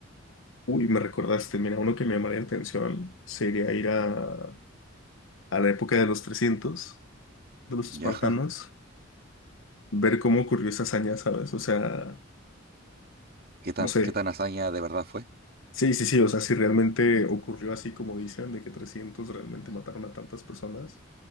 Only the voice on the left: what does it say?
Uy, me recordaste, mira, uno que me llamaría la atención sería ir a, a la época de los 300 de los
espartanos, ver cómo ocurrió esa hazaña, ¿sabes? O sea,
no sé
Sí, sí, sí, o sea, si realmente ocurrió así como dicen, de que 300 realmente mataron a tantas personas